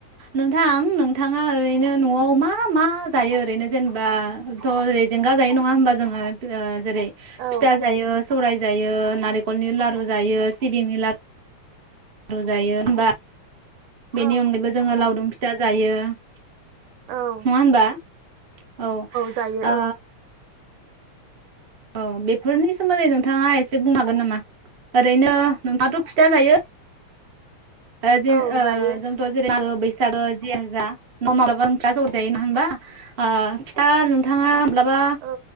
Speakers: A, on the right; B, on the right.
A: नोंथां नोंथाङा ओरैनो न'आव मा मा जायो ओरैनो जेनेबाथ' रेजेंगा जायो नङा होमबा जोङो <unintelligible> जेरै फिथा
B: औ
A: जायो। सौराय जायो नारेकलनि लारु जायो सिबिंनि लारु जायो होमबा। बेनि
B: औ
A: अनगायैबो जोङो लावदुम फि था जायो। नङा
B: औ
A: होनबा। औ
B: जायो
A: ओ
B: औ
A: औ बेफोरनि सोमोन्दै नोंथाङा एसे बुंनो हागोन नामा ओरैनो नोंथाङाथ' फिथा जायो। ओ जों
B: औ
A: ओ
B: जायो
A: जोंथ' जेरैबो बैस सागो जियानो जा न' माब्लाबा नोंसा जरन जायो नङा होनबा ओ फिथा नोंथाङा माब्लाबा
B: औ